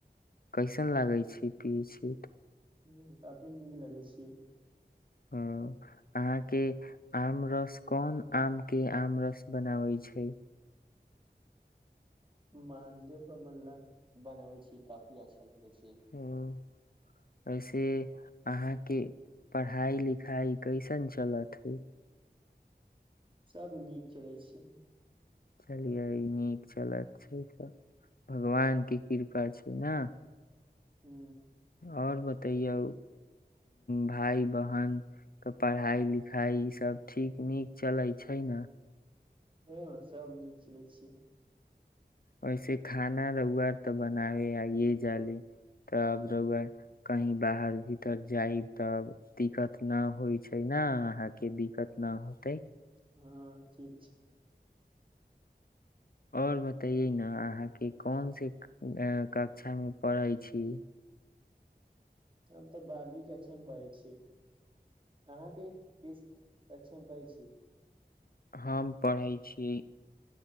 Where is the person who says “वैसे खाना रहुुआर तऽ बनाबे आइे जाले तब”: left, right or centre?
Left